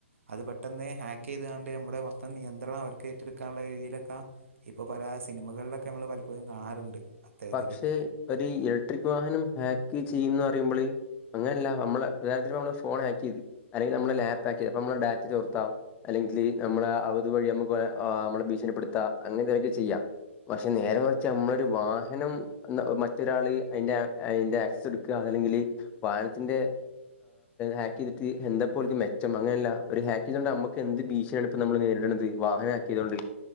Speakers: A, on the right (about 75°); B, on the left (about 20°).
A: അത് പെട്ടെന്ന് ഹാക്ക് ചെയ്താണ്ട് നമ്മുടെ മൊത്തം നിയന്ത്രണം അവർക്ക് ഏറ്റെടുക്കാനുള്ള രീതിയിലൊക്കെ ഇപ്പോ പല സിനിമകളിലൊക്കെ നമ്മൾ പലപ്പോഴും കാണാറുണ്ട്. അത്തരത്തിൽ
B: പക്ഷെ ഒരു ഇലക്ട്രിക് വാഹനം ഹാക്ക് ചെയ്യന്ന് പറയുമ്പോള് അങ്ങനെല്ല നമ്മള് ഒരു കാര്യത്തിന് ഫോൺ ഹാക്ക് ചെയ്ത് അല്ലെങ്കിൽ നമ്മള് ലാപ്പ്ഹാക്ക് ചെയ്ത് അപ്പ നമ്മ ഡാറ്റ ചോർത്താം. അല്ലെങ്കിൽ നമ്മളെ അവത് വഴി നമ്മുക്ക് അനെ ആ ഭീഷണിപ്പെടുത്താം അങ്ങനെ ചെയ്യാം പക്ഷെ നേരെ മറച്ച് നമ്മളൊരു വാ വാഹനം മറ്റൊരാള് അയിന്റെ അയിന്റെ ആക്സസ് എടുക്കുക അതല്ലെങ്കില് വാഹനത്തിന്റെ ഹാക്ക് ചെയ്തിട്ട് എന്താപ്പോൽക്ക് മെച്ചം അങ്ങനെയല്ല ഒരു ഹാക്ക് ചെയ്തിട്ട് നമ്മക്ക് എന്ത് ഭീഷണിയാണ് ഇപ്പൊ നമ്മൾ നേരിടണന്നത്- വാഹന ഹാക്കിയതുകൊണ്ട്?